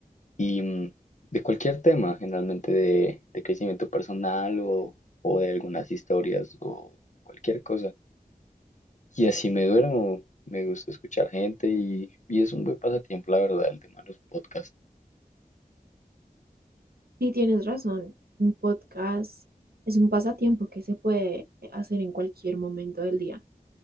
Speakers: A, on the left; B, on the right.
A: y mm, de cualquier tema, generalmente de, de crecimiento personal o, o de algunas historias o cualquier cosa. Y así me duermo. Me gusta escuchar gente y, y es un buen pasatiempo, la verdad, el tema de los podcasts.
B: Sí, tienes razón. Un podcast es un pasatiempo que se puede hacer en cualquier momento del día.